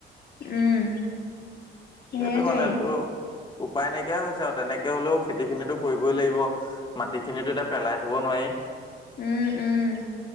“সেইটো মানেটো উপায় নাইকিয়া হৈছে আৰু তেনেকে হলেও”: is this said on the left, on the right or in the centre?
Left